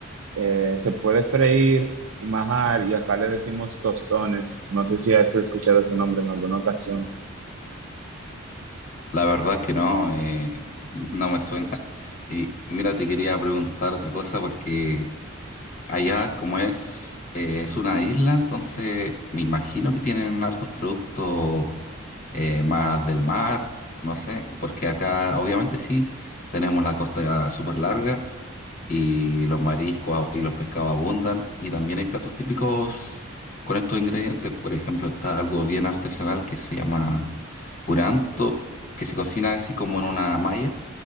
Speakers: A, on the right (about 70°); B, on the left (about 40°).
A: eh, se puede freír y majar y acá le decimos tostones. No sé si has escuchado ese nombre en alguna ocasión.
B: La verdad es que no, eh, <laughs> no me suena. Y y mira, te quería preguntar otra cosa porque Allá, como es, eh, es una isla, entonces me imagino que tienen hartos productos eh, más del mar, no sé, porque acá obviamente sí, tenemos la costa súper larga y los mariscos ab- y los pescados abundan y también hay platos típicos con estos ingredientes. Por ejemplo, está algo bien artesanal que se llama curanto, que se cocina así como en una malla